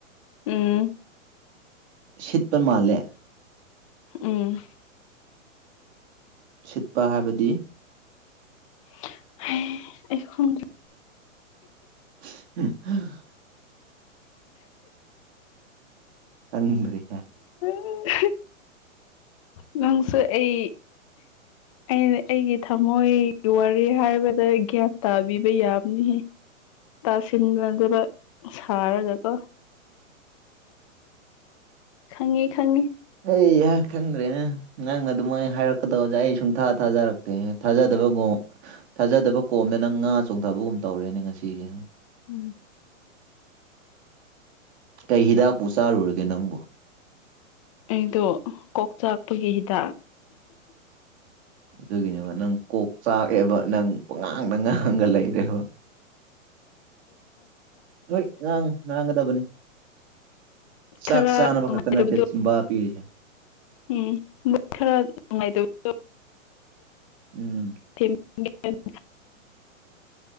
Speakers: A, on the left; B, on the right.
A: ꯎꯝ
B: ꯁꯤꯠꯄ ꯃꯥꯜꯂꯦ꯫
A: ꯎꯝ
B: ꯁꯤꯠꯄ ꯍꯥꯏꯕꯗꯤ
A: <unintelligible>
B: <unintelligible> ꯊꯪꯔꯤ
A: ꯎꯝ ꯅꯪꯁꯨ ꯑꯩ ꯑꯩꯅ ꯑꯩꯒꯤ ꯊꯃꯣꯏꯒꯤ ꯋꯥꯔꯤ ꯍꯥꯏꯕꯗ ꯒ꯭ꯌꯥꯟ ꯇꯥꯕꯤꯕ ꯌꯥꯕꯅꯤꯍ ꯇꯥꯁꯤꯟꯅꯗꯕ ꯁꯥꯔꯒꯀꯣ ꯈꯪꯉꯤ ꯈꯪꯉꯤ
B: ꯑ ꯌꯥ ꯈꯪꯗ꯭ꯔꯦꯅ ꯅꯪꯅ ꯑꯗꯨꯝꯥꯏ ꯍꯥꯏꯔꯛꯀꯗꯧꯁꯦ ꯑꯩ ꯁꯨꯡꯊꯥ ꯊꯥꯖꯔꯛꯇꯦ ꯊꯥꯖꯗꯕꯒꯨꯝ ꯊꯥꯖꯗꯕ ꯀꯣꯝꯗ ꯅꯪ ꯉꯥ ꯆꯣꯡꯊꯕꯒꯨꯝ ꯇꯧꯔꯦꯅꯦ ꯉꯁꯤꯁꯦ
A: ꯎꯝ
B: ꯀꯩ ꯍꯤꯗꯥꯛꯄꯨ ꯆꯥꯔꯨꯔꯒꯦ ꯅꯪꯕꯨ
A: ꯑꯩꯗꯣ ꯀꯣꯛꯆꯥꯛꯄꯒꯤ ꯍꯤꯗꯥꯛ
B: ꯑꯗꯨꯒꯤꯅꯦꯕ ꯅꯪ ꯀꯣꯛ ꯆꯥꯛꯑꯦꯕ ꯅꯪ ꯄꯨꯡꯉꯥꯡꯗ ꯉꯥꯡꯉꯒ ꯂꯩꯔꯦꯕ ꯍꯣꯏ ꯉꯥꯡꯉꯨ ꯉꯥꯡꯒꯗꯕꯅꯤ ꯆꯥꯛ
A: ꯈꯔ
B: ꯆꯥꯅꯕ
A: ꯅꯨꯡꯉꯥꯏꯇꯕꯗꯣ
B: ꯈꯛꯇ ꯅꯠꯇꯦ ꯆꯕꯥ ꯄꯤꯔꯤꯁꯦ
A: ꯎꯝ ꯃꯣꯏ ꯈꯔ ꯅꯨꯡꯉꯥꯏꯇꯕꯗꯣ
B: ꯎꯝ
A: ꯊ